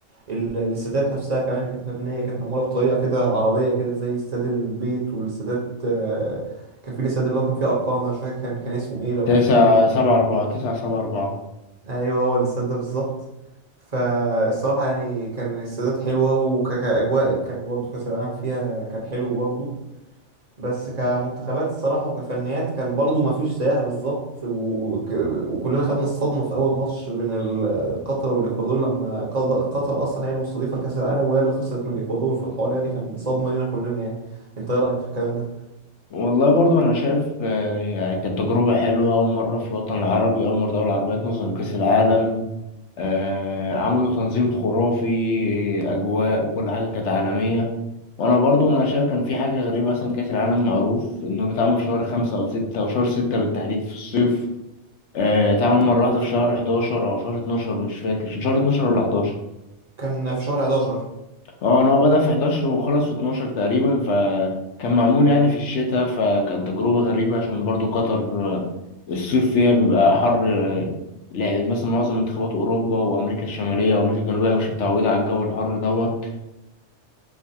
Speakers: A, on the right; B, on the left.
A: ال- الاستادات نفسها كمان كانت مبنية كانت معمولة بطريقة كده عربية كده زي استاد البيت والاستادات آه، كان في الاستاد اللي هو كان فيه أرقام ده مش فاكر كان كان اسمه إيه لو
B: 9
A: تفتكره
B: 7 4 9 7 4
A: ايوه هو الاستاد ده بالظبط فالصراحه يعني كان الاستادات حلوه وكأجواء كان برضو كأس العالم فيها كان حلو برضو بس كمنتخبات الصراحه وكفنيات كان برضو ما فيش زيها بالظبط وك... وكلنا خدنا الصدمه في اول ماتش بين ال- قطر والاكوادور لما قض- قطر اصلا هي المستضيفه لكأس العالم وهي اللي خسرت من الاكوادور في الحوار يعني كان صدمه لينا كلنا يعني انت ايه رايك في الكلام ده
B: والله برضو انا شايف آه، يعني كانت تجربة حلوة اول مرة في الوطن العربي اول مرة دولة عربية تنظم كأس العالم آه، عملوا تنظيم خرافي اجواء وكل حاجة كانت عالمية وانا برضو انا شايف كان في حاجة غريبة مثلا كأس العالم معروف انه بيتعمل في شهر خمسة او ستة او شهر ستة بالتحديد في الصيف آه، اتعمل مرة واحدة في شهر 11 او شهر 12 مش فاكر كان شهر 12 ولا 11
A: كان في شهر 11
B: اه انا هو بدأ في 11 وخلص في 12 تقريبا فكان معمول يعني في الشتاء فكان تجربة غريبة عشان برضو قطر آه، الصيف فيها بيبقى حر آه، لا مثلا معظم منتخبات أوروبا وأمريكا الشمالية وأمريكا الجنوبية مش متعودة على الجو الحر دوت